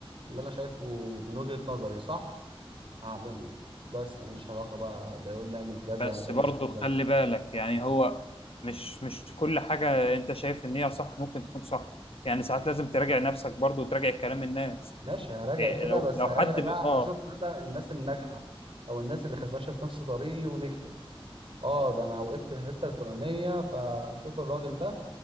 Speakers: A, on the right (about 65°); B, on the left (about 75°).
A: اللي أنا شايفه من وجهة نظري صح هعمله بس ماليش علاقة بقى لا يقول لي اعمل كذا
B: بس
A: ما تعملش
B: برضه
A: كذا
B: خلي بالك يعني هو مش مش كل حاجة انت شايف ان هي صح ممكن تكون صح يعني ساعات لازم تراجع نفسك برضه وتراجع كلام الناس
A: ماشي هراجع
B: إيه
A: كده
B: لو
A: بس
B: لو
A: هراجع
B: حد
A: بقى
B: ب... اه
A: أشوف مثلا الناس الناجحة أو الناس اللي كانت ماشية في نفس طريقي ونجحت أه ده أنا وقفت في الحتة الفلانية فأشوف الراجل ده